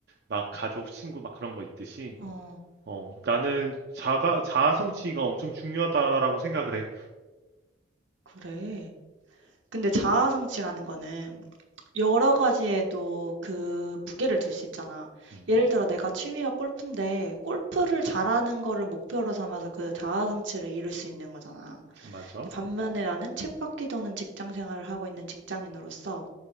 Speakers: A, on the right; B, on the right.
A: 막 가족, 친구, 막 그런 거 있듯이.
B: 어.
A: 어, 나는 자가, 자아성취가 엄청 중요하다라고 생각을 해.
B: 그래. 근데 자아성취라는 거는 여러 가지에도 그 무게를 둘 수 있잖아.
A: 음,
B: 예를 들어 내가 취미가 골프인데 골프를 잘하는 거를 목표로 삼아서 그 자아 성취를 이룰 수 있는 거잖아.
A: 맞아.
B: 근데 반면에 나는 쳇바퀴 도는 직장 생활을 하고 있는 직장인으로서